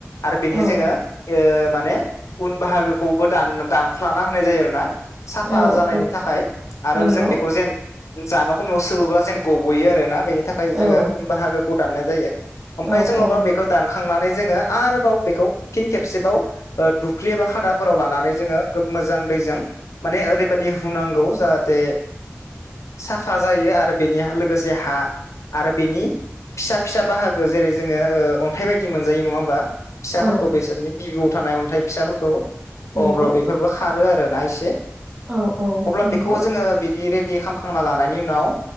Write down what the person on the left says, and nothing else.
आरो बेनि
जोङो ओ माने उन बाहागोखौबो दान दानख्लाना होनाय जायो आरोना साफा
जानायनि
थाखाय आरो
जों बेखौ जेन जानो समाव सोबोब्ला जेन गब'यो आरोना बेनि थाखाय
जोङो उन बाहागोखौ दाननाय जायो ओमफ्राय
जोङो
अबा बेखौ दानखांनानै जोङो आरोबाव बेखौ फिन खेबसेबाव ओ दुख्लि एबा खादाफोराव लानानै जोङो मोजां दैजों माने ओरैबायदि होनुनांगौ जाहाथे साफा जायो आरो बेनि लोगोसे हा आरो बेनि फिसा फिसा बाहागो जेरै जोङो ओ अन्थाइ बायदि मोनजायो नङा होमबा फिसाफोरखौ
बेसोरनि बिबौ थानाय अन्थाइ फिसाफोरखौ अ
अब्ला बेफोरबो खारो आरोना एसे
अब्ला
बेखौ जोङो बिदि रेडि खालामखांना लानायनि उनाव